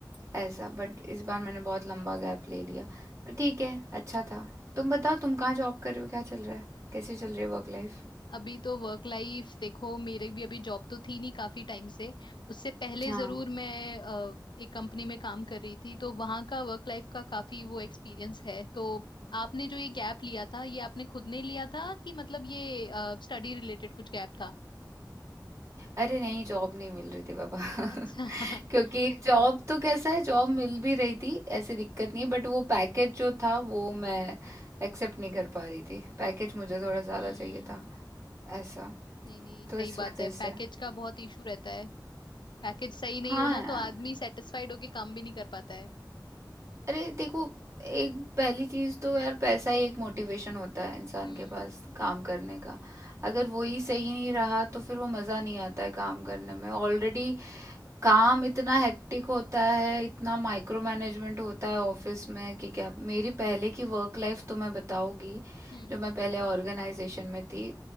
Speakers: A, on the right; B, on the left.
A: ऐसा बट इस बार मैंने बहुत लंबा गैप ले लिया पर ठीक है अच्छा था तुम बताओ तुम कहाँ जॉब कर रहे हो क्या चल रहा है कैसी चल रही है वर्क लाइफ
B: अभी तो वर्क लाइफ देखो मेरे भी अभी जॉब तो थी नहीं काफी टाइम से उससे पहले
A: हाँ
B: जरूर मैं अ, एक कंपनी में काम कर रही थी तो वहां का वर्क लाइफ का काफी वो एक्सपीरियंस है तो आपने जो ये गैप लिया था ये आपने खुद ने लिया था कि मतलब ये स्टडी रिलेटेड कुछ गैप था
A: अरे नहीं जॉब नहीं मिल रही थी बाबा <laughs>
B: अच्छा <laughs>
A: क्योंकि जॉब तो कैसा है जॉब मिल भी रही थी ऐसी दिक्कत नहीं बट वो पैकेज जो था वो मैं एक्सेप्ट नहीं कर पा रही थी पैकेज मुझे थोड़ा ज्यादा
B: हम्म
A: चाहिए था ऐसा
B: नहीं नहीं सही
A: तो इस वजह
B: बात है पैकेज
A: से
B: का बहुत इशू रहता है पैकेज सही नहीं
A: हाँ
B: हो ना
A: यार
B: तो आदमी सेटिस्फाइड होके काम भी नहीं कर पाता है
A: अरे देखो एक पहली चीज तो यार पैसा ही एक मोटिवेशन होता है इंसान
B: हम्म
A: के पास काम करने का अगर वो ही सही नहीं रहा तो फिर वो मजा नहीं आता है काम करने में ऑलरेडी काम इतना हेक्टिक होता है इतना माइक्रो मैनेजमेंट होता है ऑफिस में कि क्या मेरी पहले की वर्क लाइफ तो मैं बताऊंगी
B: हम्म
A: जो मैं पहले ऑर्गेनाइजेशन में थी